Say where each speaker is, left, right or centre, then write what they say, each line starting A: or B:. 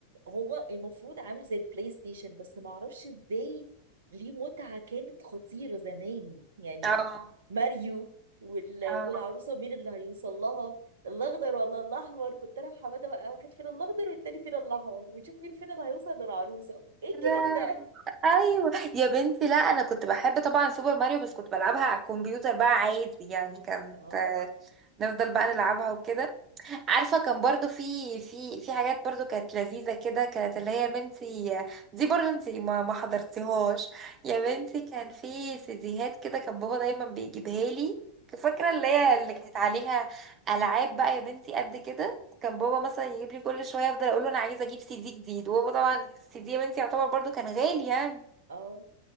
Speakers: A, on the right; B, on the right.
A: هو المفروض عامل زي البلاي ستيشن بس ما اعرفش ازاي ليه متعة كانت خطيرة زمان يعني
B: اه
A: ماريو وال...
B: اه
A: والعروسة مين اللي هيوصل لها الاخضر ولا الاحمر كنت انا وحماده بقى واحد فينا الاخضر والتاني فينا الاحمر ونشوف مين فينا اللي هيوصل للعروسه ايه
B: لا،
A: الجنان ده
B: ايوه يا بنتي لا انا كنت بحب طبعا سوبر ماريو بس كنت بلعبها على الكمبيوتر بقى عادي يعني كانت
A: اه
B: آه، نفضل بقى نلعبها وكده عارفه كان برضو في في في حاجات برضو كانت لذيذه كده كانت اللي هي يا بنتي دي برضو انت ما ما حضرتيهاش يا بنتي
A: ايه
B: كان في سيديهات كده كان بابا دايما بيجيبها لي فاكره اللي هي
A: اه
B: اللي كانت عليها العاب بقى يا بنتي قد كده كان بابا مثلا يجيب لي كل شويه افضل اقول له انا عايزه اجيب سي دي جديد وهو طبعا السي دي يا بنتي يعتبر برضو كان غالي يعني
A: اه